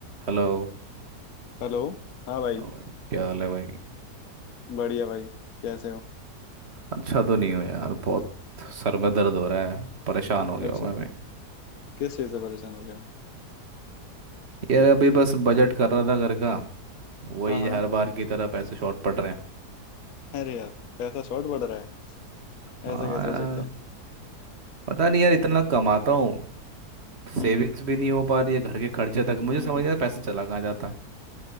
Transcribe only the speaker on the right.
Hello
और क्या हाल है भाई
अच्छा तो नहीं हो यार बहुत सर में दर्द हो रहा है परेशान हो गया
हूँ मैं भी
यार अभी बस बजट कर रहा था घर का वही
हर बार की तरह पैसे शॉर्ट पड़ रहे हैं
हाँ
यार
पता नहीं यार इतना कमाता हूँ
सेविंग्स भी नहीं हो पा रही है घर के खर्चे तक मुझे
समझ नहीं आता पैसे चला कहाँ जाता है